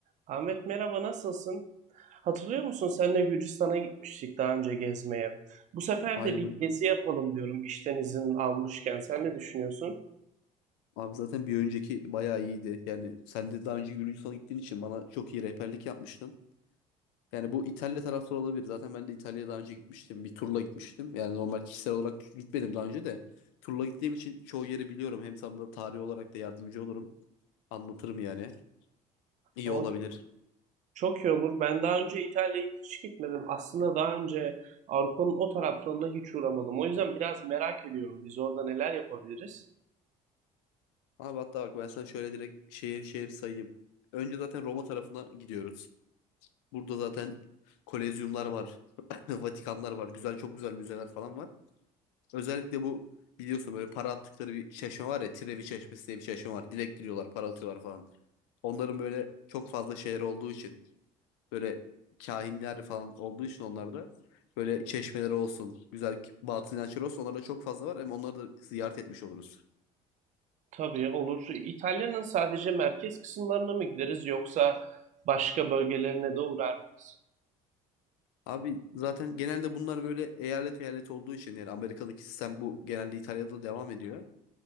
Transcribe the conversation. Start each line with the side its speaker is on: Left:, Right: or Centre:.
Right: Ahmet merhaba nasılsın? Hatırlıyor musun seninle Gürcistan'a gitmiştik daha önce gezmeye? Bu sefer
Left: Aynen.
Right: de bir gezi yapalım diyorum işten izin almışken. Sen ne düşünüyorsun?
Left: Abi zaten bir önceki bayağı iyiydi. Yani sen de daha önce Gürcistan'a gittiğin için bana çok iyi rehberlik yapmıştın. Yani bu İtalya taraftarı olabilir. Zaten ben de İtalya'ya daha önce gitmiştim. Bir turla gitmiştim. Yani normal kişisel olarak gitmedim daha önce de. Turla gittiğim için çoğu yeri biliyorum. Hem sana da tarih olarak da yardımcı olurum. Anlatırım yani. İyi
Right: O
Left: olabilir.
Right: çok, çok iyi olur. Ben daha önce İtalya'ya hiç gitmedim. Aslında daha önce Avrupa'nın o taraflarına hiç uğramadım. O yüzden biraz merak ediyorum biz orada neler yapabiliriz?
Left: Abi hatta bak ben sana şöyle direkt şehir şehir sayayım. Önce zaten Roma tarafına gidiyoruz. Burada zaten kolezyumlar var. <laughs> Vatikanlar var. Güzel çok güzel müzeler falan var. Özellikle bu biliyorsun böyle para attıkları bir çeşme var ya. Trevi Çeşmesi diye bir çeşme var. Dilek diliyorlar, para atıyorlar falan. Onların böyle çok fazla şehir olduğu için böyle kahinler falan olduğu için onlarda böyle çeşmeleri olsun, güzel batıl inançları olsun onlarda çok fazla var. Hem onları da ziyaret etmiş oluruz.
Right: Tabii olur. İtalya'nın sadece merkez kısımlarına mı gideriz yoksa başka bölgelerine de uğrar mıyız?
Left: Abi zaten genelde bunlar böyle eyalet eyalet olduğu için yani Amerika'daki sistem bu genelde İtalya'da devam ediyor.